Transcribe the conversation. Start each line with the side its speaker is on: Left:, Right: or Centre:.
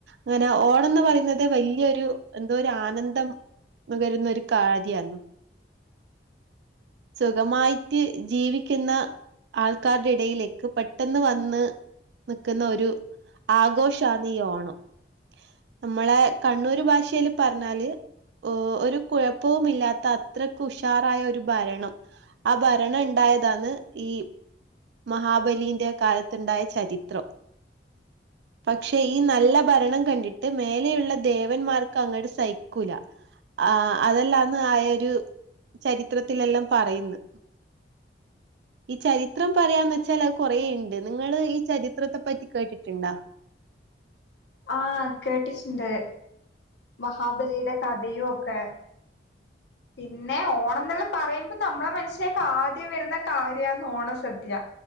Right: അങ്ങനെ ഓണം ന്ന് പറയുന്നത് വലിയൊരു എന്തോ ഒരു ആനന്ദം ഇപ്പം വരുന്നൊരു കാരിയിന്നു
Left: <inaudible>
Right: സുഖമായിട്ട് ജീവി ക്കുന്ന ആൾക്കാരുടെ ഇടയിലേക്ക് പെട്ടെന്ന് വന്ന് നിക്കുന്ന ഒരു ആഘോഷാന്ന് ഈ ഓണം നമ്മളെ കണ്ണൂര് ഭാഷയില് പറഞ്ഞാല് ഒരു കുഴപ്പവും മില്ലാത്ത അത്രക്ക് ഉഷാറായ ഒരു ഭരണം ആ ഭരണം ഇണ്ടായതാണ് ഈ മഹാബലിന്റെ കാലത്തുണ്ടായ ചരിത്രം
Left: <inaudible>
Right: പക്ഷെ ഈ നല്ല ഭരണം കണ്ടിട്ട് മേലെയുള്ള ദേവന്മാർക്ക് അങ്ങോട്ട് സഹിക്കൂല ആ അതെല്ലാന്ന് ആയരു ചരിത്രത്തിലെല്ലാം പറയുന്നു ഈ ചരി ചിത്രം പറയാന്ന് വെച്ചാൽ അത് കൊറേഇണ്ട് നിങ്ങള് ഈ ചരിത്രത്തെ പറ്റി കേട്ടിട്ടുണ്ടോ
Left: <inaudible> ആ കേട്ടിട്ടുണ്ട് മഹാബലിയുടെ കഥയും ഒക്കെ പിന്നെ ഓണം എന്നുള്ള പറയുമ്പോൾ നമ്മളെ മനസിലേക്ക് ആദ്യം വരുന്ന കാര്യാന്ന് ഓണ സദ്യ